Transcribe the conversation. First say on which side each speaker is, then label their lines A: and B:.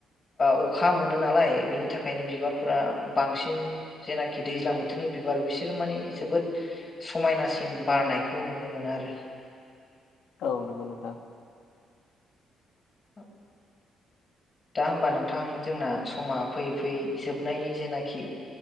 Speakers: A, on the left; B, on the left.
A: ओ अखा मोनो नालाय बिनि थाखायनो बिबारफोरा बांसिन जेनाखि दैज्लां बोथोरनि बिसोर माने जोबोद समायनासिन बारनायखौ नुनो मोनो आरो।
B: औ नंगौ नोंथां।
A: <unintelligible> दा होमबा नोंथां जोंना समा फैयै फैयै जोबनायनि जेनाखि